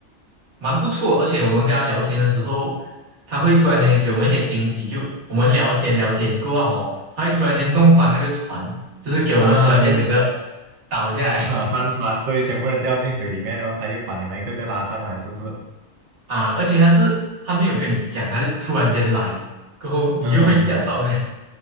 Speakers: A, on the right; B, on the right.
A: 蛮不错，而且我们跟他聊天的时候，他会突然间给我们一些惊喜，就我们聊天聊天过后哦，他会突然间弄翻那个船，就是给我们突然间整个
B: 啊，对
A: 倒下来
B: 啊，帆船，对，全部人掉进水里面，然后他又把你们一个个拉上来，是不是？
A: <laughs> 啊，而且他是他没有跟你讲，他就突然间来，过后你就会吓到的
B: 嗯。